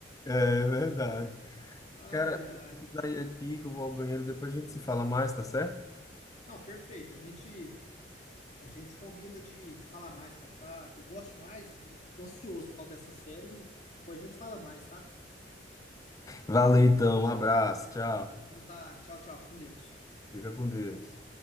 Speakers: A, on the left; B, on the left.
A: É verdade.
B: Ai,
A: Cara,
B: ai.
A: daí aqui que eu vou ao banheiro, depois a gente se fala mais, tá certo?
B: Não, perfeito. A gente A gente combina de, de falar mais, cara, tá? Eu gosto mais e tô ansioso por causa dessa série. Depois a gente fala mais, tá?
A: Valeu então, um abraço, tchau.
B: Então tá, tchau, tchau, com Deus.
A: Fica com Deus.